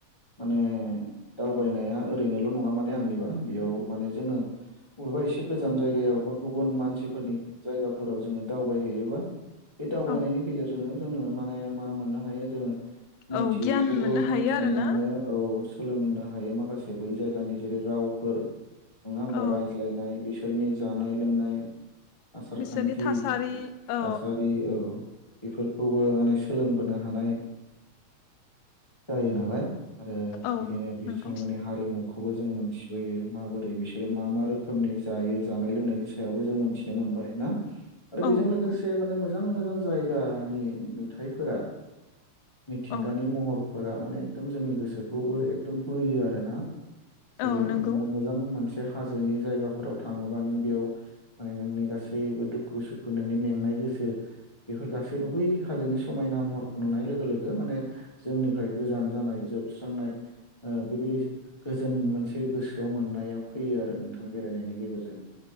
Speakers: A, on the left; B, on the left.
A: माने दावबायनाया ओरैनोल' नङा माने आंनिबा बेयाव माने जोङो बबेबा एसे गोजान जायगायाव बा गुबुन मानसिफोरनि जायगाफोराव जोङो दावबायहैयोबा बे दावबायनायनि
B: औ
A: गेजेरजोंनो जोङो माने मा मोननो हायो जोङो मिथियैखौबो
B: औ गियान मोननो
A: मोनथिनो
B: हायो आरोना
A: मोनो औ। सोलोंनो हायो माखासे बै जायगानि जेरै रावफोर नङा होमबा
B: औ
A: रायज्लायनाय बिसोरनि जानाय लोंनाय आसारखान्थि
B: बिसोरनि थासारि औ
A: थासारि औ। बेफोरखौबो माने सोलोंबोनो हानाय जायो नालाय। आरो
B: औ
A: बिदिनो बेसेबां
B: नंगौ
A: मानि हारिमुखौबो जों मोनथिबोयो माबोरै बि सोरो मा मा रोखोमनि जायो जानाय लोंनायनि सायावबो जों मिथिनो मोनबाय ना? आरो बेजों
B: औ नंगौ
A: लोगोसे माने मोजां मोजां जायगानि नुथायफोरा मिथिंगानि
B: औ
A: महरफोरा माने एकदम जोंनि गोसोखौबो एकदम बोयो आरोना। जेरै
B: औ नंगौ
A: नोङो मोजां मोनसे हाजोनि जायगाफोराव थाङोबा नों बेयाव माने नोंनि गासैबो दुखु सुखु नोंनि मेंनाय गोसो बेफोर गासैबो बै हाजोनि समायना महरखौ नुनाय लोगो लोगो माने जोंनिफ्राय गोजान जानाय जोबस्रांनाय बेबायदि गोजोन मोनसे गोसोआव मोननाया फैयो आरो नोंथां बेरायनायनि गेजेरजों